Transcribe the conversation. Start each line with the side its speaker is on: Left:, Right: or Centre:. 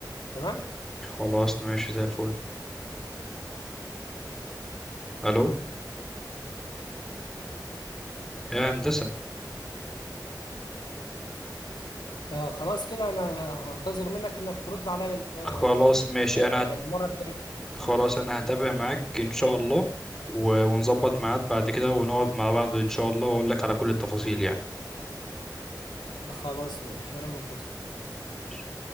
Left: تمام
Centre: خلاص ماشي زي الفل الو يا هندسة
Left: آه خلاص كده انا هنتظر منك انك ترد عليا ال- ال-
Centre: خلاص ماشي
Left: آه،
Centre: انا هت...
Left: المرة الجاية
Centre: خلاص انا هتابع معاك ان شاء الله و... ونظبط ميعاد بعد كده ونقعد مع بعض ان شاء الله واقول لك على كل التفاصيل يعني
Left: خلاص ماشي انا منتظر
Centre: ماشي